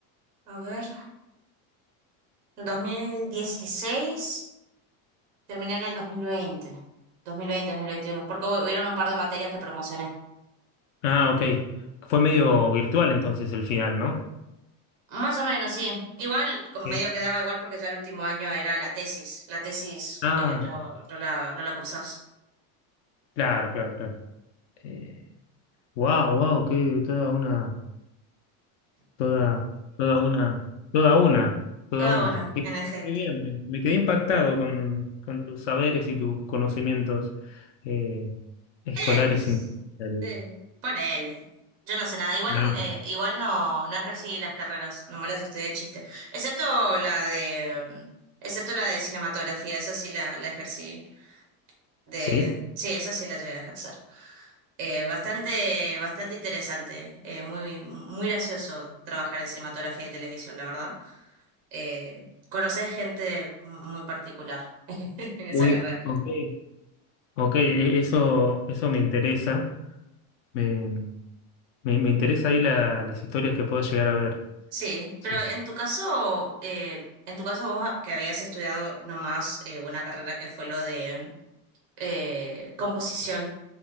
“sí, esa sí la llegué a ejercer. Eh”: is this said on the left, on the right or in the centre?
Right